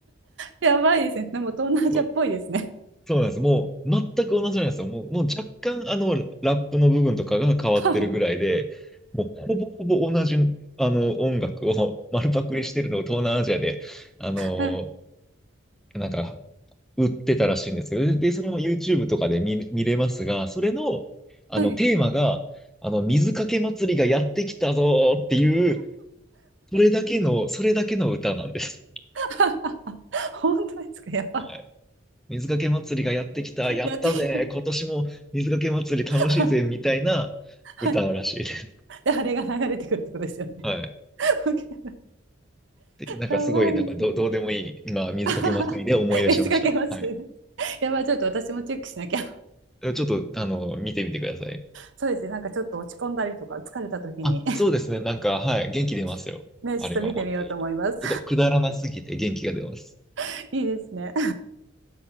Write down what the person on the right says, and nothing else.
やばいですね。でも東南アジアっぽいですね。
<laughs>
はい。
はい。
<laughs> 本当ですかやば。
やってきた。
<laughs>
はい。で、あれが流れてくるってことですよね。
<laughs>
やばいですね。
<laughs> 別かけますね。
やばい、ちょっと私もチェックしなきゃ。
そうですね、なんかちょっと落ち込んだりとか、疲れた時に
<laughs> ね、
ちょっと見てみようと思います。
<laughs> いいですね。